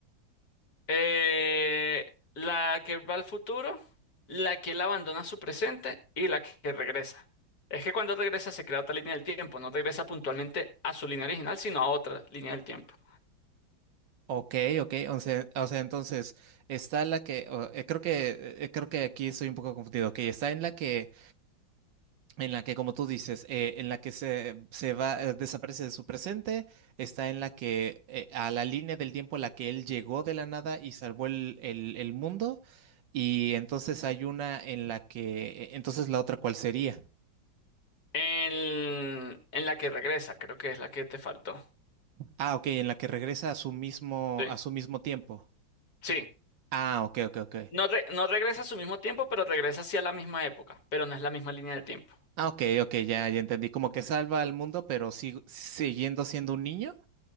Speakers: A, on the left (about 50°); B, on the right (about 70°).
A: Eh, la que va al futuro, la que él abandona su presente y la que regresa. Es que cuando regresa se crea otra línea del tiempo, no regresa puntualmente a su línea original, sino a otra línea del tiempo.
B: Ok, ok, o sea, o sea, entonces está la que o- eh, creo que eh, creo que aquí estoy un poco confundido. Ok, está en la que en la que como tú dices, eh, en la que se se va eh, desaparece de su presente, está en la que eh, a la línea del tiempo a la que él llegó de la nada y salvó el el el mundo y entonces hay una en la que eh, entonces la otra ¿cuál sería?
A: En, en la que regresa, creo que es la que te faltó.
B: Ah, ok, en la que regresa a su mismo
A: Sí.
B: a su mismo tiempo.
A: Sí.
B: Ah, ok, ok, ok.
A: No, re- no regresa a su mismo tiempo, pero regresa hacia la misma época, pero no es la misma línea de tiempo.
B: Ah, ok, ok, ya, ya entendí. Como que salva al mundo, pero sigo- siguiendo siendo un niño.